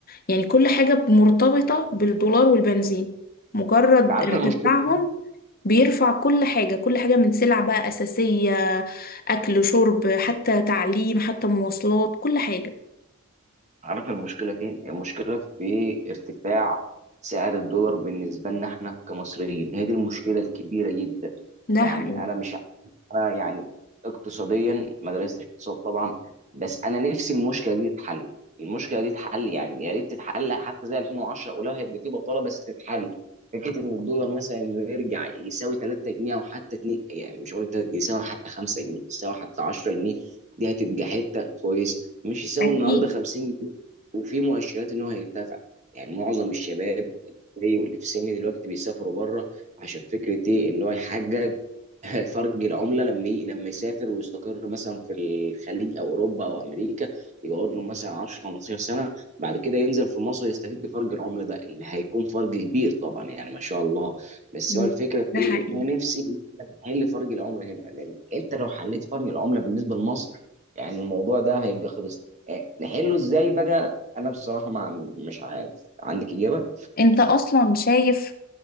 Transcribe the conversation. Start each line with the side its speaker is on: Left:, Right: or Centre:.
Left: يعني كل حاجة مرتبطة بالدولار والبنزين مجرد
Right: عارف
Left: ارتفاعهم
Right: المشكلة
Left: بيرفع كل حاجة كل حاجة من سلع بقى أساسية أكل شرب حتى تعليم حتى مواصلات كل حاجة
Right: عارف المشكلة فين؟ المشكلة في ارتفاع سعر الدولار بالنسبة لنا احنا كمصريين هي دي المشكلة الكبيرة جدا
Left: ده
Right: يعني
Left: حقيقي
Right: أنا مش انا يعني اقتصاديا ما درستش اقتصاد طبعا بس انا نفسي المشكله دي تتحل المشكله دي تتحل يعني يا ريت تتحل حتى زي 2010 ولو هيبقى في بطاله بس تتحل فكره ان الدولار مثلا إنه يرجع يساوي 3 جنيه او حتى 2 يعني مش هقول لك تلاتة- يساوي حتى 5 جنيه يساوي حتى 10 جنيه دي هتبقى حته كويس مش يساوي
Left: أكيد
Right: النهارده 50 جنيه وفي مؤشرات ان هو هيرتفع يعني معظم الشباب زي واللي في سني دلوقتي بيسافروا بره عشان فكره ايه ان هو يحقق <laughs> فرق العمله لما ي- لما يسافر ويستقر مثلا في الخليج او اوروبا او امريكا يقعد له مثلا 10 15 سنه بعد كده ينزل في مصر يستفيد بفرق العمله ده اللي هيكون فرق كبير طبعا يعني ما شاء الله بس
Left: مم.
Right: هو الفكره في
Left: ده
Right: ايه؟
Left: حقيقي
Right: ان انا نفسي نحل فرق العمله هنا لان انت لو حليت فرق العمله بالنسبه لمصر يعني الموضوع ده هيبقى خلص آه، نحله ازاي بقى؟ انا بصراحه ما مش عارف عندك اجابه؟
Left: انت اصلا شايف